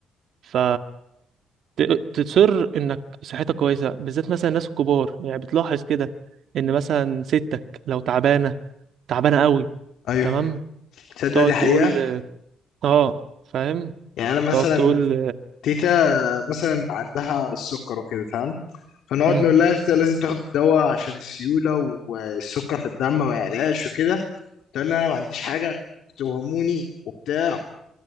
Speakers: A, on the right; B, on the left.
A: ف ت- تصر انك صحتك كويسه بالذات مثلا الناس الكبار يعني بتلاحظ كده ان مثلا ستك لو تعبانه تعبانه قوي
B: ايوه
A: تمام
B: تصدق
A: تقعد
B: دي
A: تقول
B: حقيقة
A: اه فاهم
B: يعني انا مثلا
A: تقعد تقول
B: تيتا مثلا عندها السكر وكده تمام فنقعد
A: مم.
B: نقول لها تيتا لازم تاخد الدواء عشان السيولة والسكر في الدم ما يعلاش وكده تقول لي انا ما عنديش حاجة تتوهموني وبتاع